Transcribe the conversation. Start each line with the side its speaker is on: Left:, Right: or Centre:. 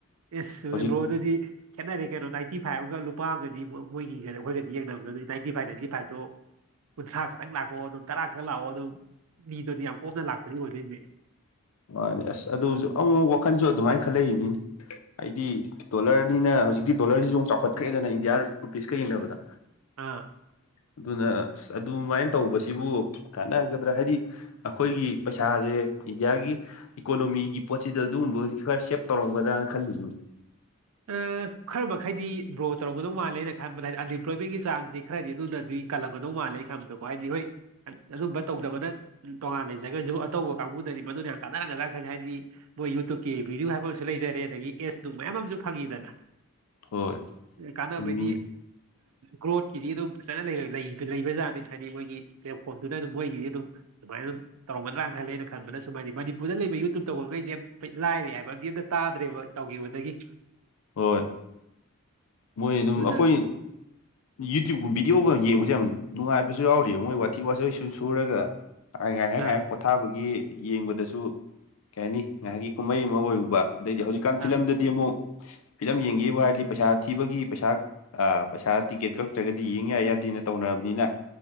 Right: ꯑꯦ ꯑꯗꯨ
Left: ꯍꯧꯖꯤꯛ
Right: ꯕ꯭ꯔꯣ ꯑꯗꯨꯗꯤ ꯈꯦꯠꯅꯔꯦ ꯀꯩꯅꯣ ꯅꯥꯏꯟꯇꯤ ꯐꯥꯏꯚ ꯑꯗꯨꯒ ꯂꯨꯄꯥꯒꯅꯤ ꯃꯣꯏꯒꯤ ꯑꯩꯈꯣꯏꯒꯗꯤ ꯌꯦꯡꯅꯕꯗ ꯑꯗꯨꯗꯤ ꯅꯥꯏꯟꯇꯤ ꯐꯥꯏꯚ ꯅꯥꯏꯟꯇꯤ ꯐꯥꯏꯚꯇꯣ ꯀꯨꯟꯊ꯭ꯔꯥ ꯈꯛꯇꯪ ꯂꯥꯛꯀꯑꯣ ꯑꯗꯨꯝ ꯇꯔꯥ ꯈꯛ ꯂꯥꯛꯑꯣ ꯑꯗꯨꯝ ꯃꯤꯗꯨꯗꯤ ꯌꯥꯝ ꯀꯣꯝꯅ ꯂꯥꯛꯄꯗꯤ ꯑꯣꯏꯗꯣꯏꯅꯦ
Left: ꯃꯥꯅꯦ ꯑꯁ ꯑꯗꯨꯁꯨ ꯑꯃꯨꯛ ꯋꯥꯈꯜꯁꯨ ꯑꯗꯨꯃꯥꯏꯅ ꯈꯜꯂꯛꯏꯅꯤꯅꯦ ꯑꯩꯗꯤ ꯗꯣꯂꯔꯅꯤꯅ ꯍꯧꯖꯤꯛꯀꯤ ꯗꯣꯂꯔꯁꯤꯁꯨ ꯑꯃ ꯆꯥꯎꯈꯠꯈ꯭ꯔꯦꯗꯅ ꯏꯟꯗꯤꯌꯥ ꯔꯨꯄꯤꯁꯀ ꯌꯦꯡꯅꯕꯗ
Right: ꯑꯥ
Left: ꯑꯗꯨꯅ ꯑ ꯑꯗꯨꯃꯥꯏꯅ ꯇꯧꯕꯁꯤꯕꯨ ꯀꯥꯟꯅꯒꯗ꯭ꯔꯥ ꯍꯥꯏꯗꯤ ꯑꯩꯈꯣꯏꯒꯤ ꯄꯩꯁꯥꯁꯦ ꯏꯟꯗꯤꯌꯥꯒꯤ ꯏꯀꯣꯅꯣꯃꯤꯒꯤ ꯄꯣꯠꯁꯤꯗ ꯑꯗꯨꯒꯨꯝꯕ ꯈꯔ ꯁꯦꯞ ꯇꯧꯔꯝꯒꯗ꯭ꯔꯅ ꯈꯜꯂꯤꯅꯤ
Right: ꯑ ꯈꯜꯕ ꯍꯥꯏꯩꯗꯤ ꯒ꯭ꯔꯣ ꯇꯧꯝꯒꯗꯧ ꯃꯥꯜꯂꯦꯅ ꯈꯟꯕꯗ ꯍꯥꯏꯗꯤ ꯑꯟꯏꯝꯄ꯭ꯂꯣꯏꯃꯦꯟꯒꯤ ꯆꯥꯡꯁꯦ ꯈꯔꯗꯤ ꯑꯗꯨꯅꯗꯤ ꯀꯜꯂꯝꯒꯧ ꯃꯥꯜꯂꯦ ꯈꯟꯕꯗꯣ ꯍꯥꯏꯗꯤ ꯍꯣꯏ ꯑꯗꯨꯝꯕ ꯇꯧꯗꯕꯅ ꯇꯣꯉꯥꯟ ꯂꯩꯖꯈꯒ꯭ꯔꯁꯨ ꯑꯇꯧꯕ ꯀꯥꯡꯕꯨꯗꯗꯤ ꯃꯗꯨꯅ ꯀꯥꯟꯅꯔ ꯀ ꯈ ꯍꯥꯏꯗꯤ ꯃꯣꯏ ꯌꯨꯇꯨꯕꯀꯤ ꯚꯗꯤꯑꯣ ꯍꯥꯏꯕ ꯑꯃꯁꯨ ꯂꯩꯖꯔꯦ ꯑꯗꯒꯤ ꯑꯦꯁ ꯅꯨꯡ ꯃꯌꯥꯝ ꯑꯃꯁꯨ ꯐꯪꯉꯤꯗꯅ
Left: ꯍꯣꯏ
Right: ꯀꯥꯟꯅꯕꯩꯗꯤ
Left: ꯆꯨꯝꯃꯤꯅꯤ
Right: ꯒ꯭ꯔꯣꯠꯀꯤꯗꯤ ꯑꯗꯨꯝ ꯐꯖꯅ ꯂꯩ ꯂꯩꯕ ꯖꯥꯠꯅꯤ ꯍꯥꯏꯗꯤ ꯃꯣꯏꯒꯤ ꯄ꯭ꯂꯦꯠꯐꯣꯝꯗꯨꯅ ꯑꯗꯨꯝ ꯃꯣꯏꯒꯤꯗꯤ ꯑꯗꯨꯝ ꯑꯗꯨꯃꯥꯏꯅ ꯑꯗꯨꯝ ꯇꯧꯔꯒꯗ꯭ꯔꯥ ꯈ ꯂꯩ ꯑꯅ ꯈꯟꯕꯅ ꯁꯨꯃꯥꯏꯗꯤ ꯃꯅꯤꯄꯨꯔꯗ ꯂꯩꯕ ꯌꯨꯇꯨꯕ ꯇꯧꯧꯕꯔꯒꯩꯁꯦ ꯂꯥꯏꯔꯦ ꯍꯥꯏꯕꯗꯤ ꯑꯝꯇ ꯇꯥꯗ꯭ꯔꯦꯕ ꯇꯧꯈꯤꯕꯗꯒꯤ
Left: ꯍꯣꯏ ꯃꯣꯏ ꯑꯗꯨꯝ
Right: ꯑꯗꯨꯅ
Left: ꯑꯩꯈꯣꯏ ꯌꯨꯇꯨꯕꯀ ꯚꯤꯗꯤꯑꯣꯒ ꯌꯦꯡꯕꯁꯦ ꯌꯥꯝ ꯅꯨꯡꯉꯥꯏꯕꯁꯨ ꯌꯥꯎꯔꯤꯕꯑ ꯃꯣꯏ ꯋꯥꯊꯤ ꯋꯥꯇꯣꯏꯁꯨ ꯁꯨꯔꯒ ꯉꯥꯏꯍꯥꯛ
Right: ꯑꯥ
Left: ꯉꯥꯏꯍꯥꯛ ꯄꯣꯊꯥꯕꯒꯤ ꯌꯦꯡꯕꯗꯁꯨ ꯀꯩ ꯍꯥꯏꯅꯤ ꯉꯥꯏꯍꯥꯛꯀꯤ ꯀꯨꯝꯍꯩ ꯑꯃ ꯑꯣꯏꯔꯨꯕ ꯑꯗꯩꯗꯤ ꯍꯧꯖꯤꯛꯀꯥꯟ
Right: ꯑꯥ
Left: ꯐꯤꯂꯝꯗꯗꯤ ꯑꯃꯨꯛ ꯐꯤꯂꯝ ꯌꯦꯡꯒꯦꯕꯨ ꯍꯥꯏꯔꯗꯤ ꯄꯩꯁꯥ ꯊꯤꯕꯒꯤ ꯄꯩꯁꯥ ꯄꯩꯁꯥ ꯇꯤꯀꯦꯠ ꯀꯛꯇ꯭ꯔꯒꯗꯤ ꯌꯦꯡ ꯌꯥ ꯌꯥꯗꯦꯅ ꯇꯧꯅꯔꯕꯅꯤꯅ